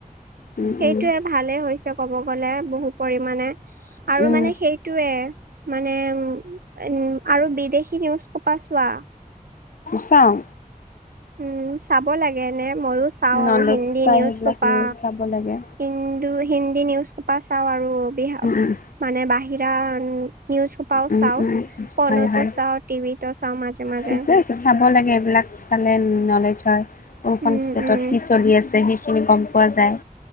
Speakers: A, on the left; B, on the right.
A: উম,
B: সেইটোয়ে
A: উম,
B: ভালে হৈছে ক'ব গলে বহু পৰিমানে, আৰু
A: উম,
B: মানে সেইটোয়ে। মানে উম, উম আৰু বিদেশী নিউজ খোপা চোৱা।
A: চাওঁ।
B: উম চাব লাগে এনে, ময়ো চাওঁ
A: নলেজ
B: আৰু হিন্দী
A: পায়
B: নিউজ
A: সেইবিলাক
B: খোপা।
A: নিউজ চাব লাগে।
B: হিন্দু হিন্দী নিউজ খোপা চাওঁ আৰু বিহা
A: উম, উম, উম।
B: মানে বাহিৰা উম। নিউজ সোপাও
A: উম,
B: চাওঁ
A: উম,
B: ফনতো
A: হয়, হয়।
B: চাওঁ টিভিতো চাওঁ মাজে মাজে।
A: ঠিকে আছে চাব লাগে এইবিলাক চালে নলেজ হয় কোনখন
B: উম,
A: ষ্টেটত
B: উম,
A: কি চলি আছে। সেই সেইখিনি গম পোৱা যায়।